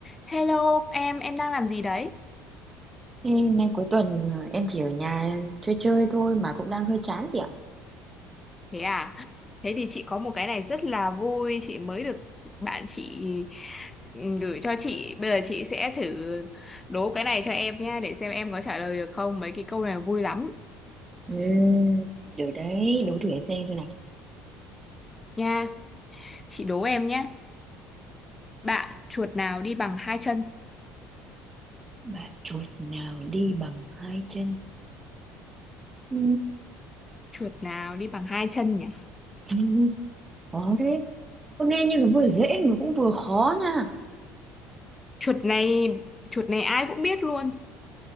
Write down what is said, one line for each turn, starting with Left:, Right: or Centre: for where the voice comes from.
Left: Hello em, em đang làm gì đấy?
Right: Ê, Nay cuối tuần ờ, em chỉ ở nhà chơi chơi thôi mà cũng đang hơi chán chị ạ.
Left: Thế à? Thế thì chị có một cái này rất là vui, chị mới được bạn chị ừ, gửi cho chị. Bây giờ chị sẽ thử đố cái này cho em nha, để xem em có trả lời được không. Mấy cái câu này vui lắm
Right: Ừ, được đấy, đố thử em xem xem nào.
Left: nha. Chị đố em nhé. Bạn chuột nào đi bằng hai chân?
Right: Bạn chuột nào đi bằng hai chân? Ừ,
Left: Chuột nào đi bằng hai chân nhỉ?
Right: <laughs> khó thế. Có nghe như nó vừa dễ mà cũng vừa khó nha.
Left: Chuột này, chuột này ai cũng biết luôn.